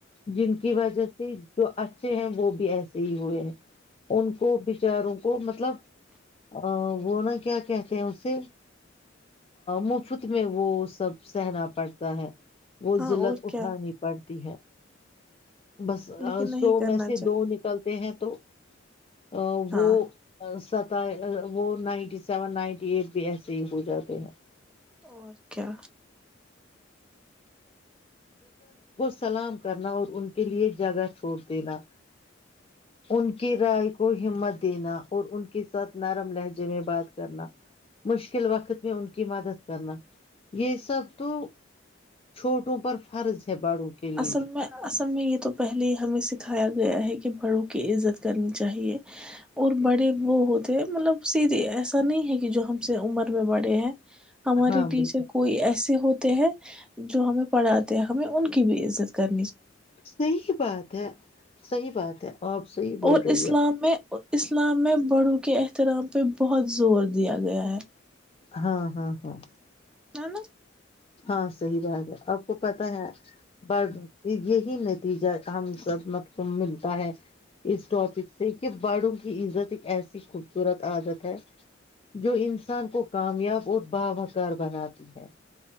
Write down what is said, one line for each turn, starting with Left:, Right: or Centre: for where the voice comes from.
Left: جن کی وجہ سے جو اچھے ہیں وہ بھی ایسے ہی ہوئے ہیں ان کو بچاروں کو مطلب ا وہ نا کیا کہتے ہیں اسے مفت میں وہ سب سہنا پڑتا ہے وہ
Centre: ہاں
Left: لت
Centre: اور
Left: اٹھانی
Centre: کیا
Left: پڑتی ہے بس
Centre: لیکن نہیں
Left: سو
Centre: کرنا
Left: میں سے
Centre: چاہیے
Left: دو نکلتے ہیں تو وہ وہ
Centre: ہاں
Left: <unintelligible> بھی ایسے ہی ہو جاتے ہیں
Centre: اور کیا؟
Left: سلام کرنا اور ان کے لیے زیادہ چھوڑ دینا ان کی رائے کو ہمت دینا اور ان کے ساتھ نرم لہجے میں بات کرنا مشکل وقت میں ان کی مدد کرنا یہ سب تو چھوٹوں پر فرض ہے بڑوں کے لیے
Centre: اصل میں اصل میں یہ تو پہلے ہی ہمیں سکھایا گیا ہے کہ بڑوں کی عزت کرنی چاہیے اور بڑے وہ ہوتے ہیں مطلب سیدھے ایسا نہیں ہے کہ جو ہم سے عمر میں بڑے ہیں ہمارے
Left: ہاں
Centre: ٹیچر
Left: بالکل
Centre: کوئی ایسے ہوتے ہیں جو ہمیں پڑھاتے ہیں ہمیں ان بھی عزت کریں
Left: صحی بات ہے صحیح بات ہے آپ صحیح بول
Centre: اور
Left: رہی
Centre: اسلام
Left: ہے
Centre: میں اسلام میں بڑوں کے ایس ارام پہ بہت زور دیا گیا ہے
Left: ہاں ہاں ہاں
Centre: ہ ن
Left: ہاں صحیح بات ہے اپ کو پتہ ہے بر بر یہی نتیجہ ہم سب م ملتا ہے اس ٹاپک سے کہ باڑوں کی عزت ایک ایسی خوبصورت عادت ہے جو انسان کو کامیاب اور باوکار بناتی ہے